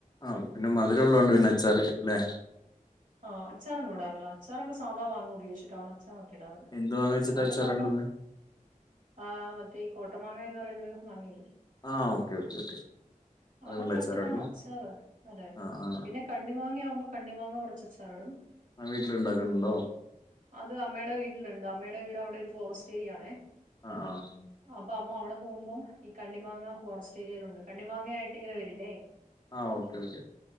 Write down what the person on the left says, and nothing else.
ആഹ് പിന്നെ മധുരമുള്ളത് കൊണ്ട് ഉം പിന്നെ അച്ചാറി അല്ലെ
എന്ത് മാങ്ങ വെച്ചിട്ടാ
അച്ചാറ്
ഇടുന്നത്
ആഹ് ഓക്കെ ഓക്കെ ഓക്കെ. അതുകൊണ്ടാ
അച്ചാറ് ഇടല്
ആ ആ
ആ വീട്ടിലുണ്ടാക്കുന്നുണ്ടോ
ആ ഹ് അഹ് ആഹ്.
ആഹ് ഓക്കെ ഓക്കെ.